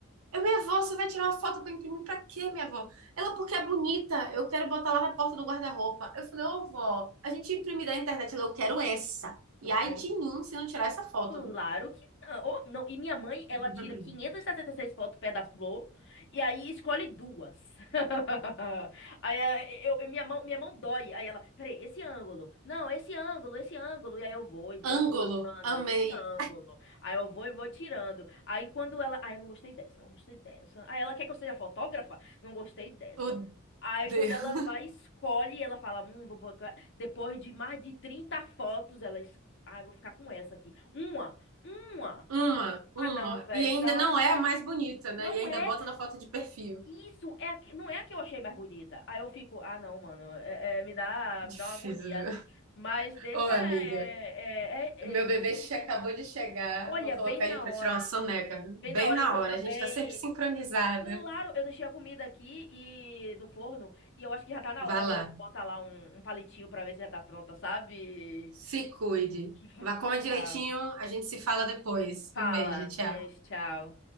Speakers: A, on the right; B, on the left.
A: Eu, minha avó, você vai tirar uma foto pra imprimir pra quê, minha avó? Ela, porque é bonita. Eu quero botar lá na porta do guarda-roupa. Eu falei, ô, vó, a gente imprime da internet. Ela, eu quero essa. E
B: Eu quero
A: ai de mim se não tirar essa foto, viu?
B: Claro que não. Ô, não. E minha mãe, ela
A: <laughs>
B: tira 576 fotos pé da flor e aí escolhe duas. <laughs> Aí eh, eu, eu- minha mão, minha mão dói. Aí ela, peraí, esse ângulo. Não, esse ângulo, esse ângulo. E aí eu vou e vou
A: Ângulo,
B: tirando
A: amei.
B: esse ângulo. Aí eu vou e vou tirando. Aí quando ela, aí eu não gostei dessa, não gostei dessa. Aí ela quer que eu seja fotógrafa? Não gostei dessa.
A: O
B: Aí
A: Deus.
B: quando ela vai, escolhe, ela fala, hum, vou botar... Depois de mais de 30 fotos, ela ah, eu vou ficar com essa aqui. Uma, uma.
A: <laughs> Uma, uma.
B: Ah, não, velho,
A: E ainda
B: me dá
A: não
B: uma raiva.
A: é a mais bonita, né?
B: Não
A: E ainda
B: é
A: bota na foto de perfil.
B: isso, é a que- não é a que eu achei mais bonita. Aí eu fico, ah, não, mano, é- é, me dá,
A: Difícil.
B: me dá uma agonia. Mas deixa,
A: Ô, amiga,
B: é, é, é,
A: meu
B: é, é, deixa
A: bebê
B: eu
A: che-
B: ver aqui.
A: acabou de chegar.
B: Olha,
A: Vou colocar
B: bem na
A: ele pra
B: hora,
A: tirar uma soneca. Bem
B: bem na hora
A: na
B: que eu
A: hora.
B: também.
A: A gente tá sempre sincronizada.
B: Claro, eu deixei a comida aqui e no forno e eu acho que já tá na
A: Vá
B: hora
A: lá.
B: de eu botar lá um, um palitinho pra ver se já tá pronta, sabe?
A: Se cuide.
B: Que <laughs>
A: Vá, coma
B: tchau.
A: direitinho. A gente se fala depois.
B: Fala,
A: Um beijo, tchau.
B: beijo, tchau.